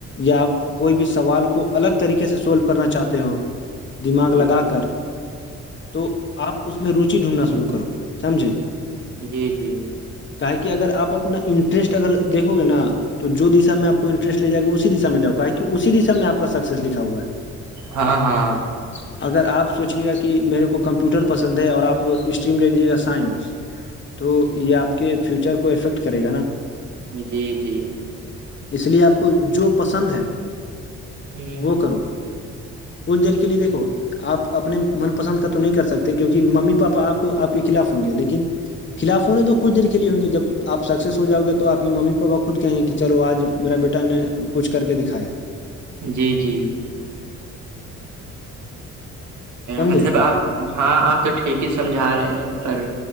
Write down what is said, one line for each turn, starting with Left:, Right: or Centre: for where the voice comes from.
Left: یا آپ کوئی بھی سوال کو الگ طریقے سے سولو کرنا چاہتے ہو دماغ
Right: جی
Left: لگا کر تو آپ اس میں روچی ڈھونڈنا شروع کرو سمجھیں
Right: جی جی
Left: کا ہے کی اگر آپ اپنا انٹرسٹ اگر دیکھو گے نا تو جو دشا میں آپ کو انٹرسٹے جائے گا اسی دشا میں جاؤا کہ اسی دشا میں آ کا سکس لکھا ہے
Right: ہاں ہاں
Left: <inaudible> اگر آپ سوچیے گا کہ میرے کو کمپیوٹر پسند ہے اور آپ اسٹریم لے لیجیے گا سائنس تو یہ آپ کے فیوچر کو افیکٹ کرے گا نا
Right: جی جی
Left: اس لیے آپ کو جو پسند ہے
Right: جی
Left: وہ کرو کچھ دیر کے لیے دیکھو آپ اپنے من پسند کا تو نہیں کر سکتے کیونکہ ممی پاپا آپ کو آپ کے خلاف ہوں گے لیکن فیلحال ہونے تو کچھ دیر کے لیے ہوں گے جب آپ سکسیس ہواؤے توپ کے ممی پاپا خود کہ ہیں کہ چلو آج میرا بیٹا نے کچھ کر کے دکھایا
Right: جی جی
Left: سمجھیں
Right: مطلب آپ ہاں آپ تو ٹھیک ہی سمجھا رہے ہیں پر